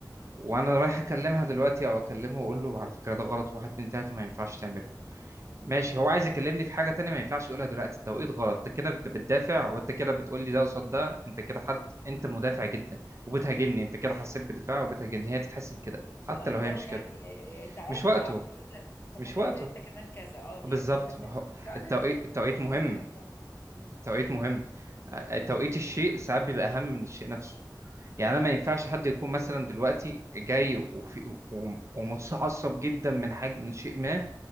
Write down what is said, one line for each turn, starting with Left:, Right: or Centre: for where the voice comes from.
Right: وأنا رايح أكلمها دلوقتي أو أكلمه وأقول له على فكرة ده غلط واحد اتنين تلاتة ما ينفعش تعمله ماشي هو عايز يكلمني في حاجة تانية ما ينفعش يقولها دلوقتي التوقيت غلط انت كده انت بتدافع
Left: فهمت حضرتك
Right: وانت كده بتقول لي ده قصاد ده انت كده حد انت مدافع جدا وبتهاجمني انت كده حسيت بدفاع وبتهاجمني هي تتحسب كده حتى
Left: اه
Right: لو
Left: اللي
Right: هي
Left: هو
Right: مش
Left: يعني
Right: كده
Left: آه، آه، انت عايز
Right: مش وقته
Left: اني اعمل كذا طب
Right: مش
Left: ما تعمل
Right: وقته
Left: انت كمان كذا اه دي
Right: بالظبط
Left: دي ده ماتشنج
Right: هو-
Left: فعلا
Right: التوقيت
Left: <laughs>
Right: التوقيت
Left: انا
Right: مهم
Left: مش بحبها امم
Right: التوقيت مهم آه، توقيت الشيء ساعات بيبقى أهم من الشيء نفسه يعني انا ما ينفعش حد يكون مثلا دلوقتي جاي وفي و- ومتعصب جدا من حاجة من شيء ما